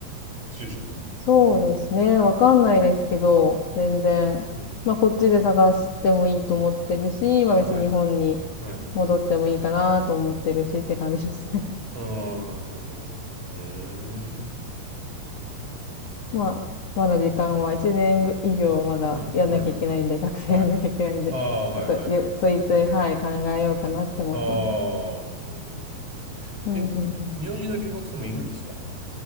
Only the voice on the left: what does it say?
そうですね。わかんないですけど、
全然。
まあ、こっちで探してもいいと思ってるし、まあ別に日本に
戻ってもいいかなと思ってるしって感じですね。
<laughs>
まあ、まだ時間は1年ぐ以上まだやんなきゃいけないんで、
<laughs> 学生やんなきゃいけないんで、
ちょっとゆついつい、
はい、考えようかなって思ってます。
うん、
うん、うん。